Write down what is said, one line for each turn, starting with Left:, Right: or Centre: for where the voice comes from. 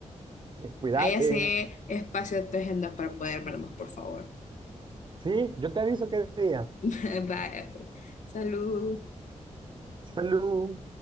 Right: cuídate.
Left: Ahí hace espacio en tu agenda para poder vernos, por favor.
Right: Sí, yo te aviso qué día.
Left: <laughs> Vaya, pues. Salud.
Right: Salud.